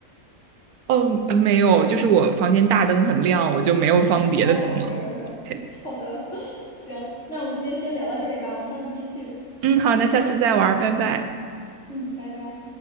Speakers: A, on the right; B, on the left.
A: <laughs> 哦呃没有，就是我房间大灯很亮，我就没有放别的灯了。
B: 哦，OK OK，
A: OK，
B: 好的，<laughs> 行，那我们今天先聊到这里吧，我们下次继续。
A: 嗯，好，那下次再玩儿，拜拜。
B: 嗯，拜拜。